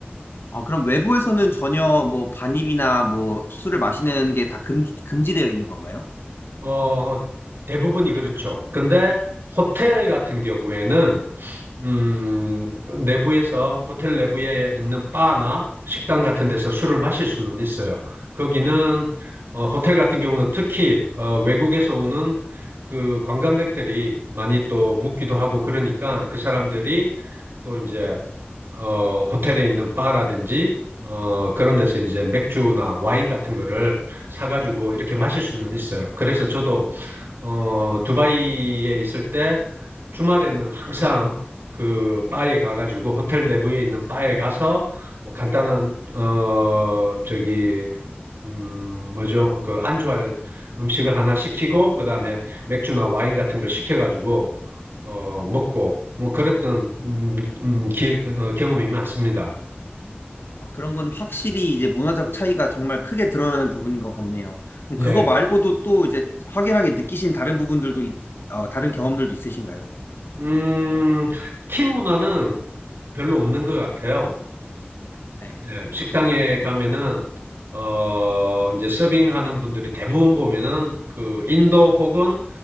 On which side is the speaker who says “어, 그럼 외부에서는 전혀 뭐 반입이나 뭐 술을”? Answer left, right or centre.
Left